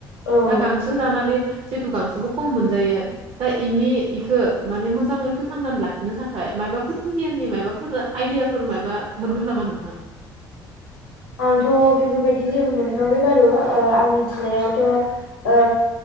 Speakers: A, on the left; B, on the right.
A: औ
B: दा गांसो जानानै जितु गांसोबो खम मोनजायो दा इनि इखो माने मोजाङै फोथांनानै लाखिनो थाखाय मायबाफोर बिगियाननि मायबाफोर आइडियाफोर माबा मोनगोन नामा नोंथां
A: आंथ' बेफोरबायदि जेबो मोनथ'वाखै बारु ओ आं मिथिनायावथ' ओ